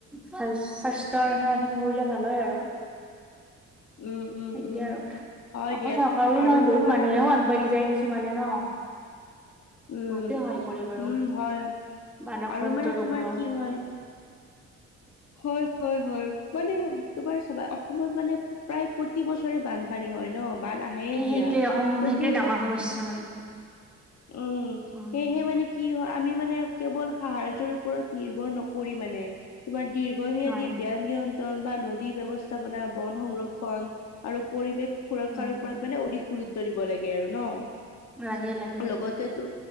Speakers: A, in the centre; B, on the left.
A: স্বাস্থ্যৰ সেৱা খিনি কৰিলে ভাল হয় আৰু।
B: উম উম
A: এতিয়া
B: উম
A: আৰু
B: হয়
A: অকল
B: দিয়া
A: চৰকাৰৰে নহয়
B: আৰু
A: বহুত
B: তোমাৰ
A: মানুহেও আগবাঢ়ি যায় কিছু মানে ন।
B: উম
A: বহতে সহায় কৰে বাৰু
B: উম হয়
A: মানৱন্ত
B: আৰু মানে
A: লোকবোৰক
B: তোমাৰ কি হয়
A: <inaudible>
B: হয় - হয় - হয় মানে তোমাৰ চাবা অসমত মানে প্ৰায় প্ৰতি বছৰে বানপানী। হয় ন বান আহাহে
A: এ
B: দিয়া
A: সেইটোয়ে অসম
B: ত'
A: সেইটোয়ে
B: সেই
A: ডাঙৰ সমস্যা মানে
B: উম,
A: উম
B: সেয়েহে মানে কি হয় আমি মানে কেৱল সাহাৰ্যৰ ওপৰত নিৰ্ভৰ নকৰি মানে তোমাৰ দীৰ্ঘম্যাদী
A: হয়
B: ব্যান নিয়ন্ত ন বা নদী ব্যৱস্থাপনা বন সংৰক্ষণ আৰু পৰিৱেশ সুৰক্ষাৰ
A: উম
B: ওপৰত মানে অধিক গুৰুত্ব দিব লাগে আৰু ন।
A: লাগে - লাগে।
B: লগতেতো